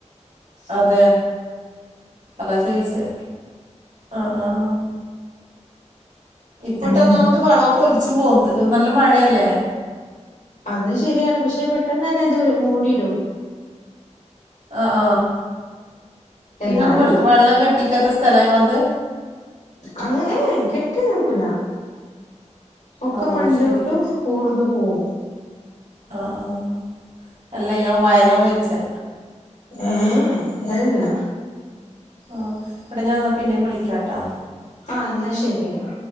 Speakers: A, on the right; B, on the left.
A: അതെ അതാ ചോയിച്ചെ ആഹ് ആഹ് ഇപ്പട്ടന്നാഒന്നാമത്
B: ഏഹ്
A: വള ലിച്ചു പോത്ത് നല്ല മഴയല്ലേ
B: അതും ശരി ആണ് പക്ഷെ പെട്ടെന്നന്നെ ഇത് മൂടിയിടും
A: ആഹ് ആഹ് പിന്നെ
B: എന്നാലും
A: ഒന്ന് വെള്ളം കെട്ടിക്കാത്ത സ്ഥലങ്ങളാത്
B: അങ്ങനെ കെട്ടിന്നു നിക്കൂല ഒക്കെ
A: ഓ
B: മണ്ണിലോട്ട്
A: അത് ശരി
B: ഊർന്ന് പോ പോവു
A: ആഹ് ആഹ് അല്ല ഞാൻ വയലാന്നാ വച്ചെ
B: ഉം വയലല്ല
A: ആഹ് എടാ ഞാൻ എന്നാ പിന്നെ വിളിക്കാട്ടാ
B: ആഹ് എന്നാ ശരി എന്നാ